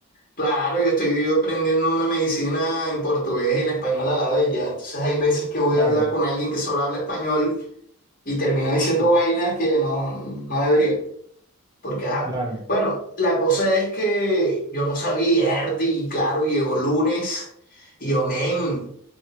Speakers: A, on the left; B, on the right.
A: claro, yo estoy aprendiendo una medicina en portugués y en español a la vez ya. Entonces, hay veces que voy
B: Claro,
A: a hablar con alguien que solo habla español y termino diciendo
B: Mm.
A: vainas que no, no debería, porque ajá.
B: claro.
A: Bueno, la cosa es que yo no sabía y Erdi, y claro, llegó lunes. Y yo, men,